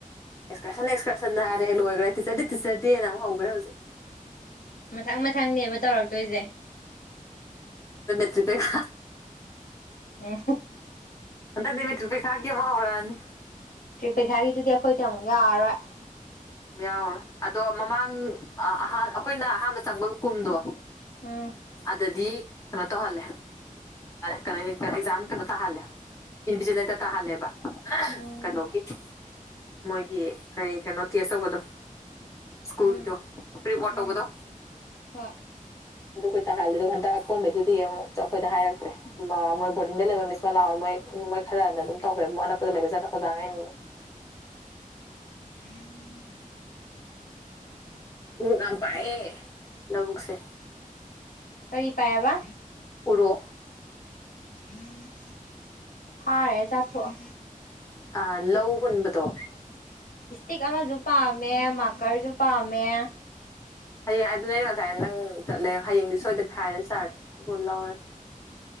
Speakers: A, on the left; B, on the left.
A: ꯑꯦꯛꯁꯀꯔꯁꯟ ꯑꯦꯛꯁꯀ꯭ꯔꯁꯟ ꯍꯥꯏꯔꯦ ꯂꯣꯏꯈ꯭ꯔꯦ ꯇꯤꯆꯔꯗꯤꯦ ꯇꯤꯆꯔꯗꯦꯅ ꯑꯃ ꯍꯧꯈ꯭ꯔꯦ ꯍꯧꯖꯤꯛ
B: ꯃꯊꯪ ꯃꯊꯪꯅꯦꯕ ꯇꯧꯔꯛꯇꯣꯏꯁꯦ
A: ꯆꯄꯦꯒ
B: ꯑ
A: ꯑꯅꯤꯃꯤꯔꯤꯄꯤ ꯍꯥꯏꯦ ꯃꯎꯅꯤ
B: ꯇ꯭ꯔꯤꯛ ꯄꯩꯈꯥꯒꯤꯗꯨꯗꯤ ꯑꯩꯈꯣꯏꯗꯤ ꯑꯃꯨꯛ ꯌꯥꯔꯔꯣꯏ
A: ꯌꯥꯎꯔꯦ ꯑꯗꯣ ꯃꯃꯥꯡ ꯑꯩꯈꯣꯏꯅ ꯑꯍꯥꯟꯕ ꯆꯪꯕ ꯀꯨꯝꯗꯣ
B: ꯎꯝ
A: ꯗꯗꯤ ꯀꯩꯅꯣ ꯇꯧꯍꯜꯂꯦ ꯀꯩꯅꯣ ꯑꯦꯛꯖꯥꯝ ꯀꯩꯅꯣ ꯇꯥꯍꯜꯂꯦ ꯌꯨꯅꯤꯚꯖꯗꯗ ꯇꯥꯍꯜꯂꯦꯕ
B: ꯎꯝ
A: ꯀꯩꯅꯣꯒꯤ ꯃꯣꯏꯒꯤ ꯀꯔꯤ ꯀꯩꯅꯣ ꯇꯦꯁ ꯇꯧꯕꯗꯣ ꯁ꯭ꯀꯨꯜꯗꯣꯔꯤꯄꯣꯔꯠꯕꯗꯣ
B: ꯎꯝ ꯎꯝ ꯍꯣꯏ
A: ꯗꯨ ꯍꯣꯏꯠꯇ ꯍꯥꯜꯂꯗ ꯈ ꯀꯀꯣꯕꯠꯇꯗꯤꯌꯦꯃꯣ ꯑꯩꯈꯣꯏꯗ ꯍꯥꯏꯔꯛꯇ꯭ꯔꯦ ꯃꯣꯏ ꯕꯣꯔꯗꯤꯡꯗ ꯂꯩꯕ ꯃꯤꯁ ꯃꯂꯥ ꯍꯣꯏ ꯈꯔꯅ ꯑꯗꯨꯝ ꯇꯧꯈ꯭ꯔꯦ ꯃꯛ ꯑꯅꯛꯄꯗ ꯂꯩꯕ ꯆꯠꯦ ꯇꯉꯅ
B: ꯎꯝ
A: ꯎꯔꯛ ꯌꯥꯝ ꯄꯥꯏꯑꯦ ꯂꯕꯨꯛꯁꯦ
B: ꯀꯔꯤ ꯄꯥꯏꯕ
A: ꯎꯔꯛ
B: ꯎꯝ ꯐꯥꯔꯦ ꯆꯥꯊꯣꯛꯑ
A: ꯑ ꯂꯧ ꯍꯨꯟꯕꯗꯣ
B: ꯏꯁꯇꯤꯛ ꯑꯃꯁꯨ ꯄꯥꯝꯃꯦ ꯃꯥꯀꯔꯁꯨ ꯄꯥꯝꯃꯦ
A: ꯍꯌꯦꯡ ꯑꯗꯨꯅ ꯑꯩꯅ ꯉꯁꯥꯏ ꯅꯪ ꯆꯠꯂꯦ ꯍꯌꯦꯡꯗꯤ ꯁꯣꯏꯗꯅ ꯍꯥꯏꯔ ꯆꯥꯔꯦ ꯑꯗꯨ ꯂꯧꯔꯁꯤꯦ